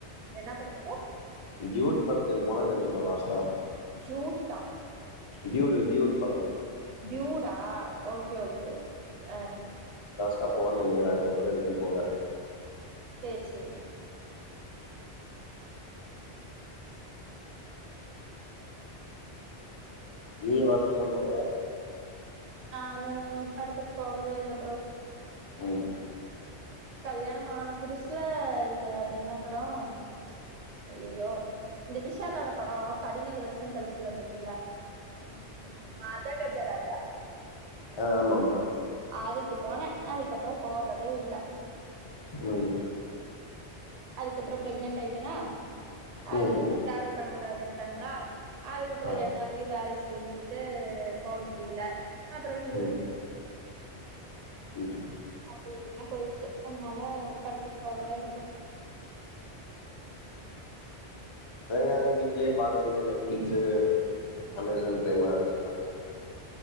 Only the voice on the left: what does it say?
டியூட் படத்துக்கு போனன் நெனைக்கற லாஸ்ட்டா
டியூடு டியூடு பட
ஆ போன நெனைக்கறே அதுக்கப்புற எதுக்கு போல
நீங்க ஒர்க்கு எல்லா போல
உம்
ஆ ஆம ஆமா
உம்
ம் ம்
ஆ
ம்
ம்
அதாது வீட்டுலயே பா்க வேண்டிய நெட் ஃபிளாஷ்சு அமேசான் ப்ரைம் அதலையு பாக்க வேண்டியதான